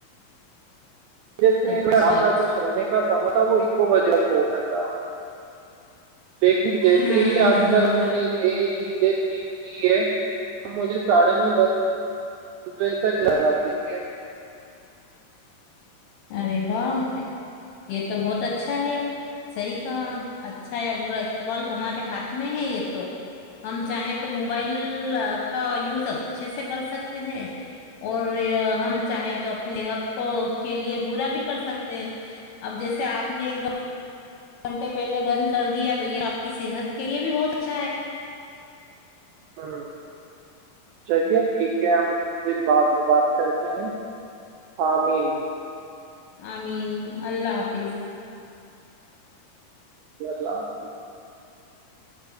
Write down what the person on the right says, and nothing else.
جیسے
میں آتا
جو سونے کا سم <unintelligible> وہ ایک بجے پ گیا تھا <unintelligible> <inaudible> لیکن جیسے
ہی آج
کل میں نے یہ چیزیں ٹھیک ہی ہے ا مجھے ساڑھے نو دس دس بجے تک لگا دیکھے
ہاں چلیے ٹھیک ہے ہم کت دن بعد بات کرتے ہیں ا مین
شی اللہ حافظ